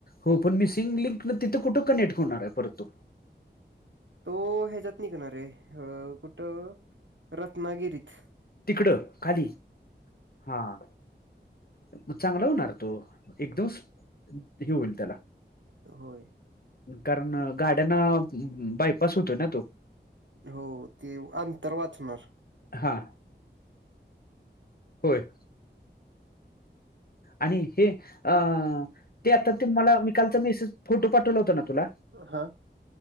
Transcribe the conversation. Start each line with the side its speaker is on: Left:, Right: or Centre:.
Left: हो पणं मिसिंग लिंक नं तिथं कुठं कनेक्टं होणारं आहे परंत तो.
Right: तो ह्यांच्यात निघनांर आहे तो कुठं रत्नांगिरीतं.
Left: तिकडं खांली हां मंग चांगल होणारं तो एकदंम हे होईलं त्यांला.
Right: होयं
Left: कारणं गाड्यांना बांयपांस होतोयं नां तो.
Right: हो ते अंतर वांचणारं.
Left: हां होयं. आणि हे अ ते आतां ते मलां मी कांलचां मेसेज फोटो पाठवलां होतां नां तुंला.
Right: हां,